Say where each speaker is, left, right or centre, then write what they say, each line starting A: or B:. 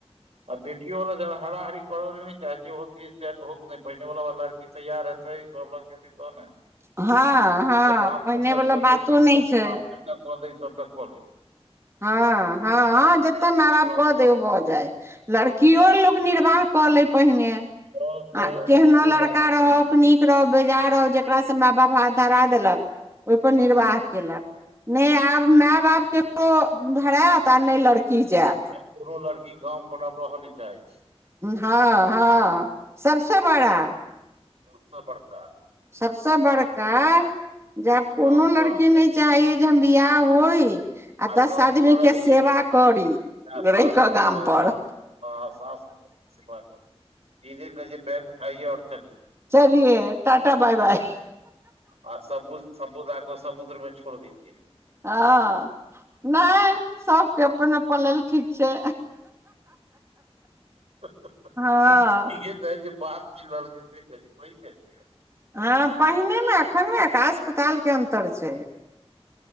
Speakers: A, on the right; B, on the right.
A: आ बेटियो वाला हरारी करऽ ल चाहे छैत पहिने। तैयार रहतै सभ रग खेती कोन है
B: हँ हँ
A: बाप
B: पहिने
A: जब
B: वाला
A: तक
B: बातो
A: दै,
B: नहि छै
A: बाप जब तक क दै, तब तक क दै
B: हँ हँ हँ जतऽ
A: से
B: माई बाप
A: बात
B: कऽ
A: नहि
B: दे ओ भऽ जाय लड़कियो
A: भऽ जाय
B: लोक निर्वाह कऽ ले पहिने।
A: आओर तऽ
B: आ केहनो
A: आब से
B: लड़का
A: बात
B: रहौक
A: नहि।
B: नीक। रह बेजा रह जेकासँ माय बाप हाथ धरा देलक ओहिपर निर्वाह केलक। नहि, आब माय-बापक धराइत ककरो पर नहि रहैत आ नहि लड़की जाएत।
A: कोनो लड़की गाम पर आब रहय नहि चाहैत छै।
B: हँ, हँ सभसँ बड़ा।
A: सबसे बड़का
B: सभसँ बड़का जब
A: जे
B: कोनो
A: गाम
B: लड़की
A: पर आ
B: नहि छै। चाही जे हम बिवाह होइ आ दस
A: गाम
B: आदमी
A: पर रही
B: के सेवा करी
A: आ
B: रहि
A: सास
B: कऽ
A: ससुर
B: गाम
A: लग
B: पर
A: रहि हँ आ सास ससुर कऽ सेबा करी सीधे कहे छै बैग उठाइए और चलियए
B: चलिए टाटा बाय बाय
A: आ सभ समुद्रकेँ समुद्रमे छोड़ि दिजिए।
B: हँ, नै। सभके अपन अपन लेल ठीक छै।
A: इहे
B: हँ
A: त जे बात चल रहलै से कहै छियो कहिय
B: हँ पहिनेमे एखन में आकाश पतालके अन्तर छै